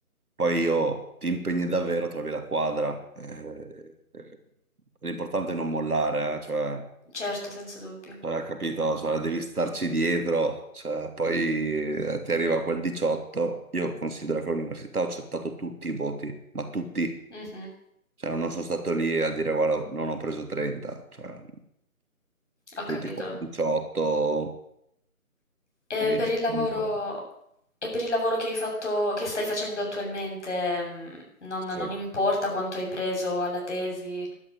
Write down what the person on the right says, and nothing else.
poi io ti impegni davvero, trovi la quadra. Eh, eh, l'importante è non mollare, eh, cioè,
cioè, capito, Cioè, devi starci dietro, cioè, poi eh, ti arriva quel 18, io considero che all'università ho accettato tutti i voti, ma tutti.
Cioè, non sono stato lì a dire, guarda, non ho preso 30, cioè,
tutti
qua, 18,
25.
Sì.